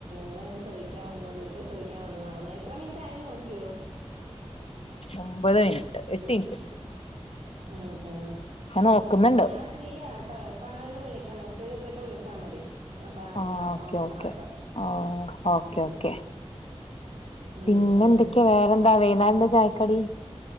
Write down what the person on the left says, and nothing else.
ഒമ്പത് മിനിട്ട് എട്ട് ഇൻറ്റ്.
നോക്കുന്നുണ്ട്
ആ ഓക്കെ
ഓക്കെ
ആ ഓക്കെ ഓക്കെ.
പിന്നെ
എന്തൊക്ക്യ വേറെന്താ വെയ്ന്നേര്ന്താ ചായക്കടി?